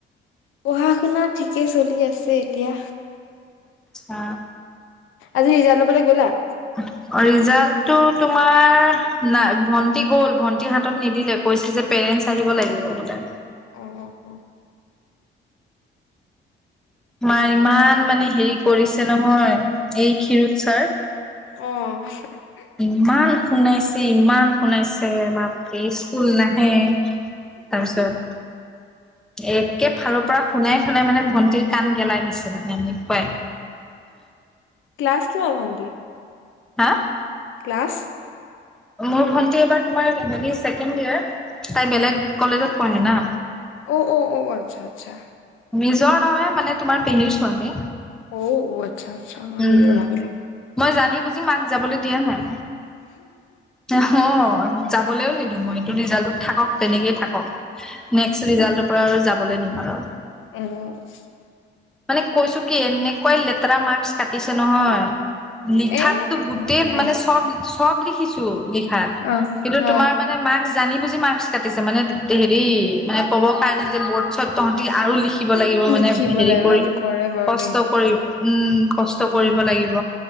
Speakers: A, on the left (about 80°); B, in the centre.
A: পঢ়া শুনা ঠিকে চলি আছে এতিয়া।
B: হা।
A: আজি ৰিজাল্ট ল'বলৈ গ'লা?
B: অ', ৰিজাল্ট টো তোমাৰ নাই, ভন্টি গ'ল, ভন্টি হাত'ত নিদিলে কৈছে যে' পেৰেচণ্ট আহিব লাগিব মানে।
A: অ', অ', অ'।
B: মা' ইমান
A: তাকে।
B: মানে হেৰি কৰিছে নহয়। এই ক্ষীৰোদ ছাৰ।
A: অ'।
B: ইমান শুনাইছে, ইমান শুনাইছে বাপ ৰে স্কুল নাহে, তাৰপিছত এ'কে ফালৰ পৰা শুনাই শুনাই মানে ভণ্টিৰ কাণ গেলাই দিছে মানে। এনেকুৱাই
A: ক্লাছ কিহৰ ভন্তি?
B: হা?
A: ক্লাছ?
B: মোৰ ভন্টি এবাৰ তোমাৰ হেৰি ছেকেণ্ড ডিয়েৰ, তাই বেলেগ কলেজত পঢ়ে না।
A: অ অ অ অ। আচ্ছা, আচ্ছা।
B: নিজৰ নহয় মানে, তোমাৰ পেহীৰ ছোৱালী।
A: অ অৱেত আচ্ছা, আচ্ছা
B: উম
A: নিজৰে ভাবি লো।
B: মই জানি বুজ মাক যাবলৈ দিয়া নাই। এ হয় যাব কলেও নিদিওঁ মই, এইটো ৰিজাল্ট টো থাক'ক তেনেকেই থাক'ক। নেক্স ৰিজাল্টৰ পৰা- যাবলৈ দিম আৰু।
A: <unintelligible>
B: মানে কৈছো কি' এনেকুৱাই লেতেৰা মাৰ্কচ- কাটিছে নহয়। লিখাত
A: এ
B: টো
A: তেনেকাই
B: গোটেই মানে, চব- চব লিখিছো ল <unintelligible>
A: অ
B: কিন্তু
A: অ
B: তোমাৰ মানে মাৰ্ক্স জানি বুজি মাৰ্ক্স কাটিছে মানে হেৰি মানে ক'ব কাৰণে যে বৰ্ত চত তহঁতি আৰু লি থাকিব লাগিব
A: লিখিব
B: মানে হেৰি
A: লাগিব
B: কৰি
A: সেইটো কৰে বাৰু
B: কষ্ট
A: দে সেইটো
B: কৰি
A: কৰে
B: উম। কষ্ট
A: উম।
B: কৰিব লাগিব।